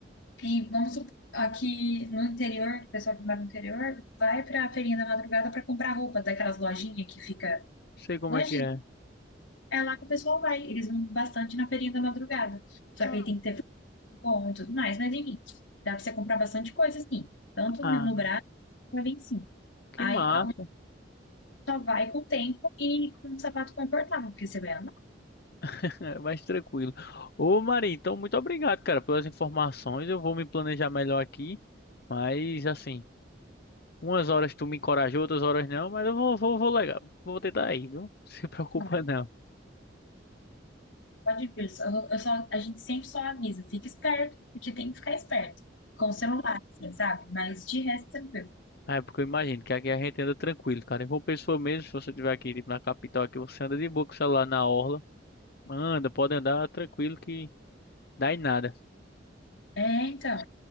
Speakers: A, on the left; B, on the left.
A: E vamos supor, aqui no interior, o pessoal que mora no interior vai pra feirinha da madrugada pra comprar roupa daquelas lojinhas que fica.
B: Não sei como
A: Loja
B: é que é.
A: é lá que o pessoal vai. Eles vão bastante na feirinha da madrugada. Só
B: Ah,
A: que aí tem que ter frango bom e tudo mais, mas enfim, dá pra você comprar bastante coisa, assim. Tanto
B: ah.
A: no braço, vai bem sim.
B: Que
A: Aí
B: massa,
A: a- só vai com o tempo e com um sapato confortável, porque você vai andar.
B: <laughs> mais tranquilo. Ô, Marinho, então muito obrigado, cara, pelas informações. Eu vou me planejar melhor aqui, mas assim, umas horas tu me encorajou, outras horas não, mas eu vou, vou, vou legal. Vou tentar ir, viu? <laughs> Não se preocupa
A: Não,
B: não.
A: pode vir. Só- eu só- a gente sempre só avisa, fica esperto, porque tem que ficar esperto. Com o celular, assim, sabe? Mas de resto, tranquilo.
B: Ah, É, porque eu imagino que aqui a gente anda tranquilo, cara. Em João Pessoa mesmo, se você estiver aqui, tipo, na capital aqui, você anda de boa com o celular na orla. Anda, pode andar tranquilo que dá em nada.
A: É, então.